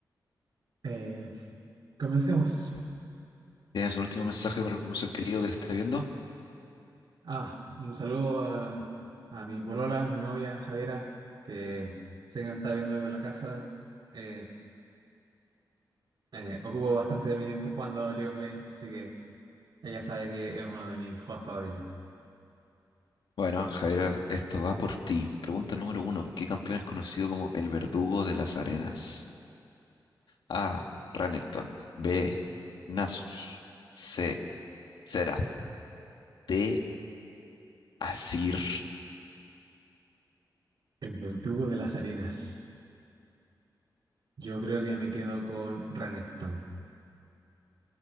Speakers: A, on the right; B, on the left.
A: eh, Comencemos.
B: ¿Tienes un último mensaje para algún ser querido que te esté viendo?
A: Ah, un saludo a, a mi polola, a mi novia, Javiera, que sé que me está viendo desde la casa. Eh, Eh, ocupo bastante de mi tiempo jugando League of Legends, así que ella sabe que es uno de mis juegos favoritos.
B: Bueno, Javier, esto va por ti. Pregunta número uno. ¿Qué campeón es conocido como el verdugo de las arenas? A. Renekton. B. Nasus. C. Seraph. D. Asir.
A: El del tubo de las arenas. Yo creo que me quedo con Renekton.